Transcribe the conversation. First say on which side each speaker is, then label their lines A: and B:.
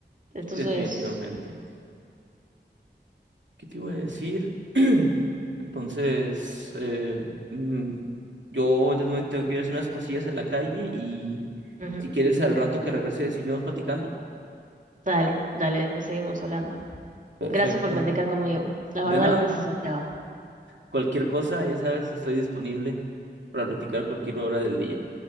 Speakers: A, on the right; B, on the right.
A: Entonces,
B: Sí, definitivamente. ¿Qué te iba a decir? <clears throat> Entonces, eh, mm, yo tengo tengo que ir a hacer unas cosillas a la calle y
A: ujú,
B: si quieres al rato que regrese seguimos platicando.
A: Dale, dale, después seguimos hablando.
B: Perfecto.
A: Gracias por platicar conmigo. La
B: De
A: verdad
B: nada.
A: lo necesitaba.
B: Cualquier cosa, ya sabes, estoy disponible para platicar cualquier hora del día.